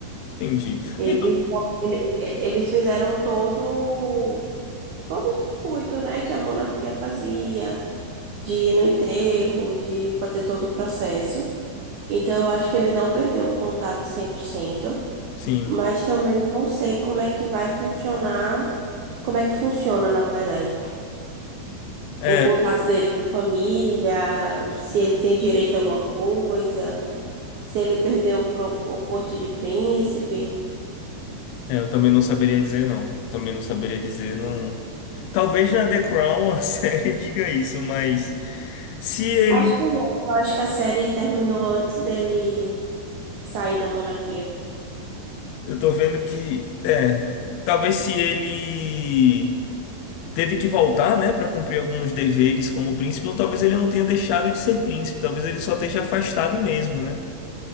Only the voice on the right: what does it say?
Eles,
ele- eles fizeram todo, todo o circuito, né, que a monarquia fazia, de ir no enterro, de fazer todo o processo. Então, eu acho que ele não perdeu o contato 100%.
mas também não sei como é que vai funcionar, como é que funciona, na verdade,
o contato dele com a família, se ele tem direito a alguma coisa, se ele perdeu o, pro- o posto de príncipe.
Acho que não, acho que a série terminou antes dele sair da monarquia.